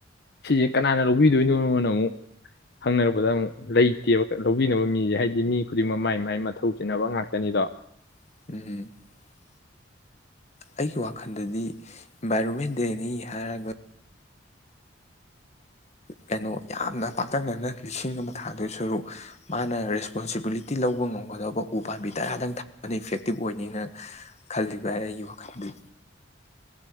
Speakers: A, on the left; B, on the left.
A: ꯁꯤꯁꯦ ꯀꯅꯥꯅ ꯂꯧꯕꯤꯗꯣꯏꯅꯣꯅ ꯑꯃꯨꯛ ꯍꯪꯅꯔꯛꯄꯗ ꯑꯃꯨꯛ꯫ ꯂꯩꯇꯦꯕ꯫ ꯂꯧꯕꯤꯅꯕ ꯃꯤꯁꯦ ꯍꯥꯏꯗꯤ ꯃꯤ ꯈꯨꯗꯤꯡꯃꯛ ꯃꯥꯏ ꯃꯥꯏ ꯃꯊꯧ ꯆꯤꯟꯅꯕ ꯉꯥꯛꯇꯅꯤꯗꯣ꯫
B: <unintelligible> ꯑꯩꯒꯤ ꯋꯥꯈꯜꯗꯗꯤ ꯏꯟꯚꯥꯏꯔꯣꯟꯃꯦꯟ ꯗꯦꯅꯤ ꯍꯥꯏꯔꯒ ꯀꯩꯅꯣ ꯌꯥꯝꯅ ꯄꯥꯛꯇꯛꯅꯅ ꯂꯤꯁꯤꯡ ꯑꯃ ꯊꯥꯗꯨꯏ ꯁꯔꯨꯛ ꯃꯥꯅ ꯔꯦꯁꯄꯣꯟꯁꯤꯕꯤꯂꯤꯇꯤ ꯂꯧꯕ ꯉꯝꯒꯗꯕ ꯎ ꯄꯥꯝꯕꯤ ꯇꯔꯥꯗꯪ ꯊꯥꯕꯅꯤ ꯏꯐꯦꯛꯇꯤꯞ ꯑꯣꯏꯅꯤꯅ ꯈꯜꯂꯤꯕ ꯑꯩ ꯑꯩꯒꯤ ꯋꯥꯈꯜꯗꯨꯗꯤ